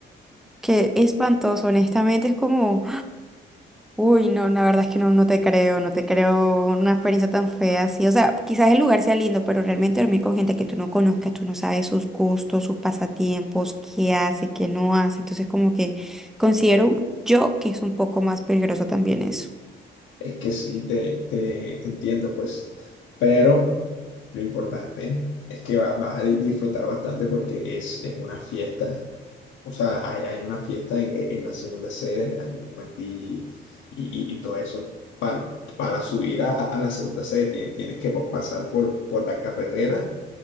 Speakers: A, in the centre; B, on the left.
A: Qué espantoso, honestamente, es como Uy, no, la verdad es que no, no te creo, no te creo una experiencia tan fea así. O sea, quizás el lugar sea lindo, pero realmente dormir con gente que tú no conozcas, tú no sabes sus gustos, sus pasatiempos, qué hace, qué no hace. Entonces, como que considero yo que es un poco más peligroso también eso.
B: es que sí, te, te, te entiendo, pues. Pero lo importante es que va- vas a di- disfrutar bastante porque es, es una fiesta O sea, hay, hay una fiesta en, e, en la segunda sede, hay un buen DJ y, y, y todo eso. Para, para subir a, a a la segunda sede tienes, tienes que pa- pasar por, por la carretera